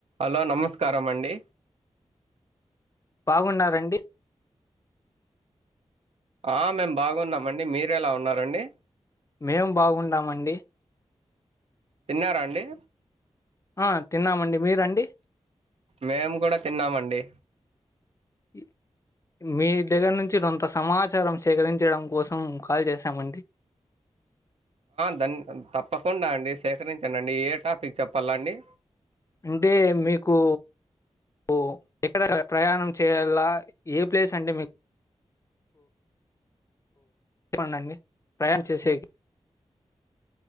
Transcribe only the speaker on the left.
బాగున్నారండి
మేం బాగున్నామండి
ఆ తిన్నామండి మీరండి
ఇ మీ దగ్గర నుంచి కొంత సమాచారం సేకరించడం కోసం కాల్ చేసామండి <inaudible>
అంటే మీకు ఓ ఎక్కడ ప్రయాణం చేయలా ఏ ప్లేస్ అంటే మీక్ కున్ని ప్రయాణం చేసేక్ <inaudible>